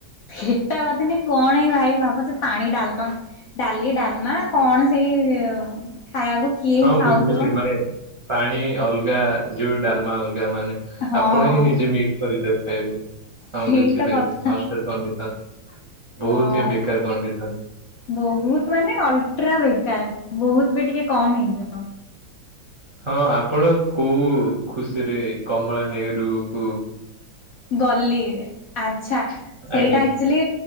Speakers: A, on the left (about 65°); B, on the right (about 45°).
A: ସେଟା କଥା ନାଇ କଣ ଏଇ ଭାଇ ଭାବୁଛ ପାଣି ଡାଲମା ଡାଲି ଡାଲମା କଣ ସେଇ ଖାଇଆକୁ କିଏ
B: ହଁ
A: ହିଁ ଖାଉଥିବ।
B: ବୁଝିଲି ମାନେ ପାଣି ଅଲଗା ଯୋଉ ଡାଲମା ଅଲଗା ମାନେ
A: ହଁ
B: ଆପଣ ହିଁ ନିଜେ କରି ତାକୁ ଖାଇ ଦିଅ ହଁ
A: ସେଇ
B: ବୁଝିଲି
A: ତ କଥା
B: ହଷ୍ଟେଲ କଣ୍ଡିସନ।
A: ହଁ।
B: ବହୁତ ହିଁ ବେକାର କଣ୍ଡିସନ।
A: ବହୁତ ମାନେ ଅଲଟ୍ରା ବେକାର ବହୁତ ବି ଟିକେ କମ ହେଇଯିବ।
B: ହଁ ଆପଣ କୋଉ ଖୁସିରେ କମଳା ନେହେରୁ କୁ
A: ଗଲି ଆଚ୍ଛା ସେଇଟା
B: ଆଜ୍ଞା
A: ଆକଚୁଆଲି